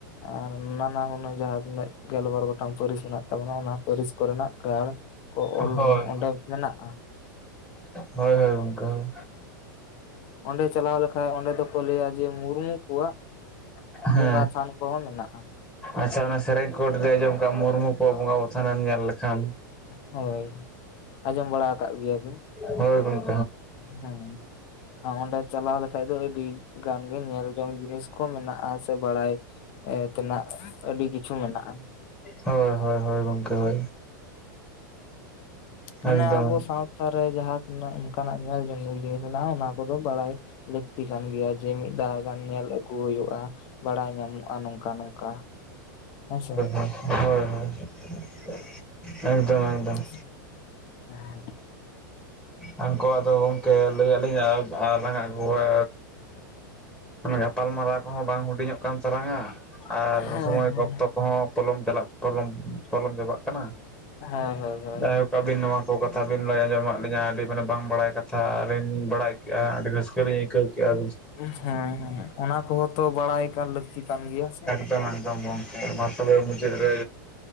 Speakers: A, on the left; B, in the centre.
A: ᱟᱨ ᱱᱟᱱᱟ ᱦᱩᱱᱟᱹᱨ ᱡᱟᱦᱟᱸ ᱛᱤᱱᱟᱹᱜ ᱜᱮᱞ ᱵᱟᱨ ᱜᱚᱴᱟᱝ ᱯᱟᱹᱨᱤᱥ ᱢᱮᱱᱟᱜ ᱛᱟᱵᱚᱱᱟ ᱚᱱᱟ ᱯᱟᱹᱨᱤᱥ ᱠᱚᱨᱮᱱᱟᱜ ᱜᱟᱲ ᱠᱚ ᱚᱞ
B: ᱦᱳᱭ
A: ᱚᱸᱰᱮ ᱢᱮᱱᱟᱜᱼᱟ
B: ᱦᱳᱭ ᱦᱳᱭ ᱜᱚᱝᱠᱮ ᱦᱳᱭ
A: ᱚᱸᱰᱮ ᱪᱟᱞᱟᱣ ᱞᱮᱠᱷᱟᱡ ᱚᱸᱰᱮ ᱫᱚᱠᱚ ᱞᱟᱹᱭᱟ ᱡᱮ ᱢᱩᱨᱢᱩ ᱠᱚᱣᱟᱜ
B: ᱦᱮᱸ
A: ᱵᱚᱸᱜᱟ ᱛᱷᱟᱱ ᱠᱚᱦᱚᱸ ᱢᱮᱱᱟᱜᱼᱟ
B: ᱟᱪᱪᱷᱟ ᱚᱱᱟ ᱥᱮᱨᱮᱧ ᱠᱷᱚᱴ ᱟᱸᱡᱚᱢ ᱠᱟᱜᱼᱟ ᱢᱩᱨᱢᱩ ᱠᱚᱣᱟᱜ ᱵᱚᱸᱜᱟ ᱵᱟᱛᱷᱟᱱᱮᱢ ᱧᱮᱞ ᱞᱮᱠᱷᱟᱱ
A: ᱦᱳᱭ ᱟᱸᱡᱚᱢ ᱵᱟᱲᱟ ᱟᱠᱟᱫ ᱜᱮᱭᱟ ᱵᱤᱱ
B: ᱦᱳᱭ ᱜᱚᱝᱠᱮ
A: ᱦᱮᱸ ᱚᱸᱰᱮ ᱪᱟᱞᱟᱣ ᱞᱮᱠᱷᱟᱡ ᱫᱚ ᱟᱹᱰᱤ ᱜᱟᱱ ᱜᱮ ᱧᱮᱞ ᱡᱚᱝ ᱡᱤᱱᱤᱥ ᱠᱚ ᱢᱮᱱᱟᱜᱼᱟ ᱥᱮ ᱵᱟᱲᱟᱭ ᱮ ᱛᱮᱱᱟᱜ ᱟᱹᱰᱤ ᱠᱤᱪᱷᱩ ᱢᱮᱱᱟᱜᱼᱟ
B: ᱦᱳᱭ ᱦᱳᱭ ᱦᱳᱭ ᱜᱚᱝᱠᱮ ᱦᱳᱭ
A: ᱢᱟᱱᱮ
B: ᱮᱠᱫᱚᱢ
A: ᱟᱵᱚ ᱥᱟᱶᱛᱟ ᱨᱮ ᱡᱟᱦᱟᱸ ᱛᱤᱱᱟᱹᱜ ᱚᱱᱠᱟᱱᱟᱜ ᱧᱮᱞ ᱡᱚᱝ ᱡᱤᱱᱤᱥ ᱢᱮᱱᱟᱜᱼᱟ ᱚᱱᱟ ᱠᱚᱫᱚ ᱵᱟᱲᱟᱭ ᱞᱟᱹᱠᱛᱤ ᱠᱟᱱ ᱜᱮᱭᱟ ᱡᱮ ᱢᱤᱫ ᱫᱷᱟᱣ ᱜᱟᱱ ᱧᱮᱞ ᱟᱹᱜᱩ ᱦᱩᱭᱩᱜᱼᱟ ᱵᱟᱲᱟᱭ ᱧᱟᱢᱚᱜᱼᱟ ᱱᱚᱝᱠᱟ ᱱᱚᱝᱠᱟ ᱦᱮ ᱥᱮ
B: ᱦᱳ ᱦᱚᱭ ᱮᱠᱫᱚᱢ ᱮᱠᱫᱚᱢ
A: <inaudible>
B: ᱦᱟᱱᱠᱩ ᱟᱫᱚ ᱜᱚᱢᱠᱮ ᱞᱟᱹᱭᱟᱞᱤᱧᱟ ᱟᱨᱞᱟᱝ ᱟᱹᱜᱩᱣᱟ ᱜᱟᱯᱟ <unintelligible> ᱜᱟᱞᱢᱟᱨᱟᱣᱜ ᱠᱚᱦᱚᱸ ᱵᱟᱝ ᱦᱩᱰᱤᱧᱚᱜ ᱠᱟᱱ ᱛᱟᱞᱟᱝᱼᱟ ᱟᱨ
A: ᱦᱳᱭ
B: ᱥᱚᱢᱚᱭ
A: ᱦᱳᱭ
B: ᱚᱠᱛᱚ ᱠᱚᱦᱚᱸ ᱯᱚᱞᱚᱢ ᱪᱟᱞᱟᱜ ᱯᱚᱞᱚᱢ ᱠᱚᱞᱚᱢ ᱪᱟᱵᱟᱜ ᱠᱟᱱᱟ
A: ᱦᱮᱸ ᱦᱳᱭ ᱦᱳᱭ‌
B: ᱡᱟᱭᱦᱳᱠ ᱟᱹᱵᱤᱱ ᱱᱚᱣᱟ ᱠᱚ ᱠᱟᱛᱷᱟ ᱵᱤᱱ ᱞᱟᱹᱭ ᱟᱸᱡᱚᱢᱟᱜ ᱞᱤᱧᱟᱹ ᱟᱹᱰᱤ ᱢᱟᱱᱮ ᱵᱟᱝ ᱵᱟᱲᱟᱭ ᱠᱟᱛᱷᱟ ᱟᱨᱤᱧ ᱵᱟᱲᱟᱭ ᱠᱮᱫᱼᱟ ᱟᱹᱰᱤ ᱨᱟᱹᱥᱠᱟᱹᱞᱤᱧ ᱟᱹᱭᱠᱟᱹᱣ ᱠᱮᱫᱼᱟ
A: ᱦᱮᱸ ᱦᱮᱸᱸ ᱚᱱᱟ ᱠᱚᱦᱚᱸ ᱛᱚ ᱵᱟᱲᱟᱭ ᱠᱟᱱ ᱞᱟᱹᱠᱛᱤ ᱠᱟᱱ ᱜᱮᱭᱟ ᱥᱮ
B: ᱮᱠᱫᱚᱢ ᱜᱚᱢᱠᱮ ᱢᱟ ᱛᱚᱵᱮ ᱢᱩᱪᱟᱹᱫ ᱨᱮ